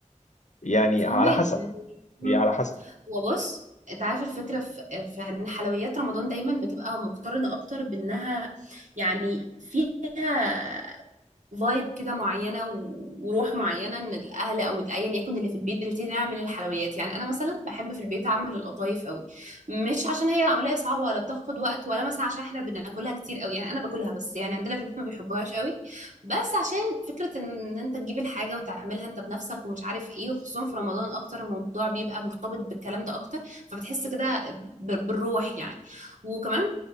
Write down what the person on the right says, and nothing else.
فهماك
يعني م-
هو بص انت عارف الفكره في في ان حلويات رمضان دايما بتبقى مقترنه اكتر بانها يعني فيها فايب كده معينه و- وروح معينه ان الاهل او ايا يكن اللي في البيت بنبتدي نعمل الحلويات يعني انا مثلا بحب في البيت اعمل القطايف قوي مش عشان هي عمليه صعبه ولا بتاخد وقت ولا مثلا عشان احنا بناكلها كتير قوي يعني انا باكلها بس يعني عندنا في البيت ما بيحبوهاش قوي بس عشان فكره ان انت تجيب الحاجه وتعملها انت بنفسك ومش عارف ايه وخصوصا في رمضان اكتر الموضوع بيبقى مرتبط بالكلام ده اكتر فبتحس كده ب- بالروح يعني وكمان